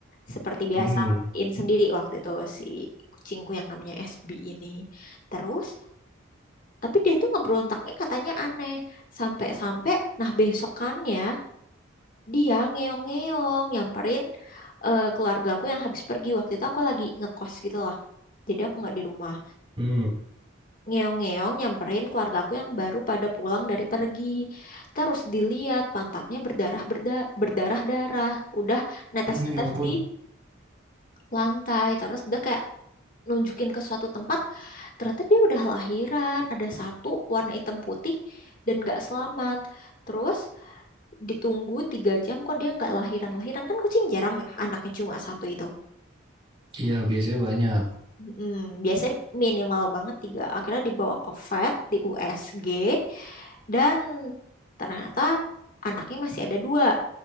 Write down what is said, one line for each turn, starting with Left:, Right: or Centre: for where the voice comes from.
Left: seperti biasa
Right: hmm.
Left: mandiin sendiri waktu itu si kucingku yang namanya SB ini. Terus tapi dia tuh ngebrontaknya katanya aneh sampai-sampai nah besokannya dia ngeong-ngeong nyamperin eh, keluargaku yang habis pergi waktu itu aku lagi ngekos gitu lah. Jadi aku nggak di rumah.
Right: Hmm.
Left: Ngeong-ngeong nyamperin keluargaku yang baru pada pulang dari pergi. Terus dilihat pantatnya berdarah berda berdarah-darah. Udah netes-netes
Right: Hmm, ya ampun.
Left: di lantai. Terus dia kayak nunjukin ke suatu tempat. Ternyata dia udah lahiran. Ada satu warna hitam putih dan nggak selamat. Terus ditunggu tiga jam kok dia nggak lahiran. Lahiran kan kucing jarang ya. Anaknya cuma satu itu.
Right: Iya, biasanya banyak.
Left: Mm, biasanya minimal banget tiga. Akhirnya dibawa ke vet di USG dan ternyata anaknya masih ada dua